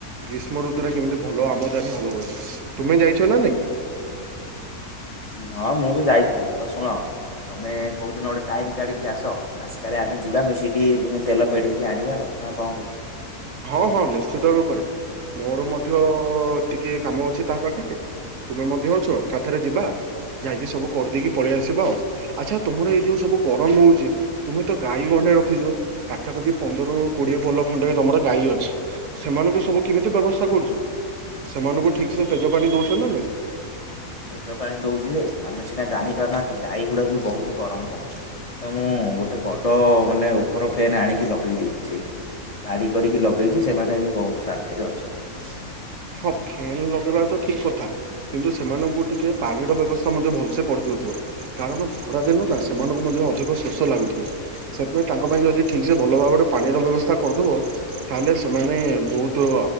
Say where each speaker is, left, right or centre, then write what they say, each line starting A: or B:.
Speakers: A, on the right; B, on the left.
A: ଗ୍ରୀଷ୍ମ ଋତୁରେ କେମିତି ଭଲ ଆମଦାନୀ ହବ ବୋଲି ତୁମେ ଯାଇଛ ନା ନାଇଁ?
B: ହଁ ମୁଁ ବି ଯାଇଥିଲି ତ ଶୁଣ ତମେ କୋଉଦିନ ଗୋଟେ ଟାଇମ କାଢିକି ଆସ। ଆସ୍କରେ ଆମେ ଯିବା ମିଶିକି ତୁମେ ତେଲ ପେଢେଇକି ଆଣିବା ଆଉ ନା କଣ କହୁଛ?
A: ହଁ ହଁ ନିଶ୍ଚିତ ରୂପରେ ମୋର ମଧ୍ୟ ଟିକେ କାମ ଅଛି ତା ପାଖରେ। ତୁମେ ମଧ୍ୟ ଅଛ ଏକାଥରେ ଯିବା ଯାଇକି ସବୁ କରିଦେଇକି ପଳେଇ ଆସିବା ଆଉ। ଆଚ୍ଛା ତୁମର ଏଇ ଯୋଉ ସବୁ ଗରମ ହଉଛି ତୁମେ ତ ଗାଈ ଗଣ୍ଡେ ରଖିଛ। ପାଖାପାଖି ପନ୍ଦରରୁ କୋଡିଏ ପୋଲ ଖଣ୍ଡ ତମର ଗାଈ ଅଛି ସେମାନଙ୍କୁ ସବୁ କେମିତି ବ୍ୟବସ୍ଥା କରୁଛ? ସେମାନଙ୍କୁ ଠିକସେ ପେଜପାଣି ଦେଉଛନ୍ତି ନା ନାହିଁ?
B: ଫେଜ ପାଣି ଦଉଛି ଯେ ଆମେ ସିନା ଜାଣିପାରୁନାହାନ୍ତି ଗାଈ ଗୁଡାକୁ ବି ବହୁତ ଗରମ ହଉଛି। ତ ମୁଁ ଗୋଟେ ବଡ଼ ମାନେ ଉପର ଫ୍ୟାନ ଆଣିକି ଲଗେଇ ଦେଇଛି ସେଇଠି। ଭାଡି କରିକି ଲଗେଇଛି ସେମାନେ ଏବେ ବହୁତ ଶାନ୍ତିରେ ଅଛନ୍ତି।
A: ହଁ ଫ୍ୟାନ ଲଗେଇବା ତ ଠିକ କଥା। କିନ୍ତୁ ସେମାନଙ୍କୁ ଟିକେ ପାଣିର ବ୍ୟବସ୍ଥା ମଧ୍ୟ ଭଲସେ କରିଦଉଥିବ। କାରଣ ଖରା ଦିନ ନା ସେମାନଙ୍କୁ ମଧ୍ୟ ଅଧିକ ଶୋଷ ଲାଗୁଥିବ। ସେଥିପାଇଁ ତାଙ୍କ ପାଇଁ ଯଦି ଠିକ୍ ସେ ଭଲ ଭାବରେ ପାଣିର ବ୍ୟବସ୍ଥା କରିଦବ। ତାହେଲେ ସେମାନେ ବହୁତ